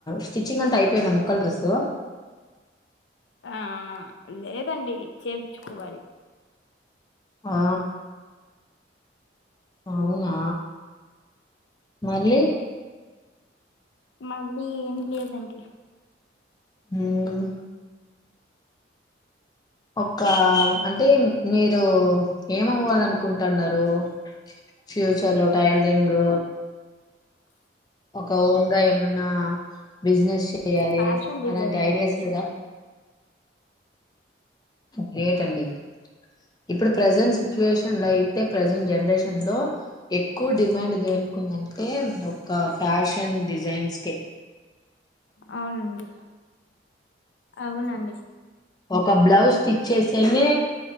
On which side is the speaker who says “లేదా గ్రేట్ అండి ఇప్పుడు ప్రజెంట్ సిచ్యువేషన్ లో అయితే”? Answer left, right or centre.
Left